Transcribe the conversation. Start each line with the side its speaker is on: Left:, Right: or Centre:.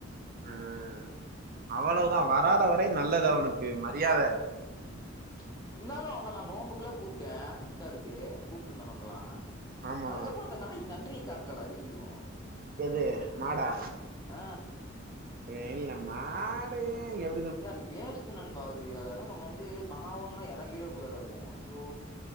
Right: ம் அவ்ளோதா வராத வரை நல்லது அவனுக்கு மரியாத
Left: ம் உன்னால அவன நா நோன்புக்ல்லா கூப்ட்ட இப்தாருக்கு கூப்ட்டுருந்தோ நம்மல்லா
Right: ஆமா
Left: அதுக்கப்பற அந்த நாய் நன்றியே காட்டலடா எதுலயு
Right: எது மாடா
Left: ஆ
Right: ஏ இல்ல மாடு எவ
Left: எ அது வேஸ்டு நண்பா அது அதலா நம்ம வந்து பாவன்ல்லா இறங்கிறவே கூடாது ஐயோ